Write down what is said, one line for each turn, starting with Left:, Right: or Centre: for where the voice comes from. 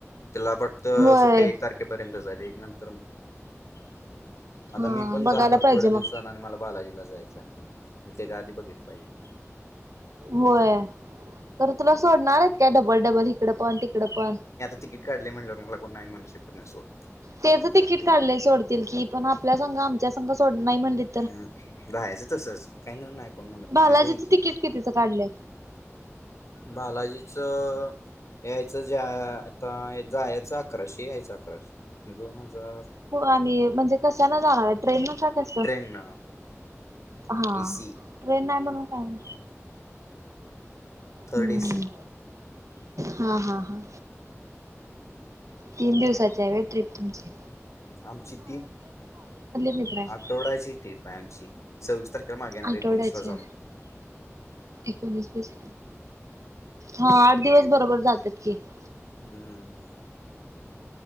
Left: त्यांलाट तं
Right: होय.
Left: सुट्ट्यां एक तारखेपर्यंत आहे एक नंतर मंग आतां
Right: हा
Left: मी पणं
Right: बघायला
Left: जाणारं
Right: पाहिजे
Left: थोड्यां
Right: मग.
Left: दिवसां आणि मलां बालाजीलां जायचं आहे त्यांच्या आधी बघितलं पाहिजे
Right: होयं तरं तुलां सोडणांर आहे आहेतं कायं डबलं डबलं इिकडं पणं तिकडं पणं
Left: तिकीटं काढलें म्हंणल्यांवर मलां कोणं नाहीं म्हंणू शकतं नाहीं सोडं
Right: तेचं तिकीट काढलें सोडतीलं की पणं आपल्यां संग आमच्यां संग सोड नाहीं म्हणतीलं
Left: हम्मं राहायचं तसंच कांहीं नां नाहीं कोणं म्हणतं
Right: बालाजीचं
Left: नां दिदी आहे की
Right: तिकीट कितीचं काढलंय
Left: बालाजीचं अं यायचं ज्यां आतां जां यायचं अकराशे यायचं अकराशे म्हणंजे दोन हजांर
Right: आणि म्हणंजे कशांन जाणारं आहे ट्रेन नं जासिल
Left: ट्रेन
Right: कां
Left: न
Right: हां
Left: एसी
Right: ट्रेन नाहीं म्हणूंन कायं
Left: थर्ड
Right: हम्मं
Left: एसी
Right: हां हां हां तीनं दिवसांची आहे ट्रिप तुमंची
Left: आंमची ट्रीप
Right: मित्र आहेत
Left: आठवड्यांची ट्रीप आहे आंमची सव्वीस तांरखेचं मांगे येणारं
Right: आठवड्याचे
Left: एकोणीसं लां जाऊंण
Right: एकोणीस वीस हां आंठ दिवसं बरोबर जातील क <unintelligible>
Left: हम्मं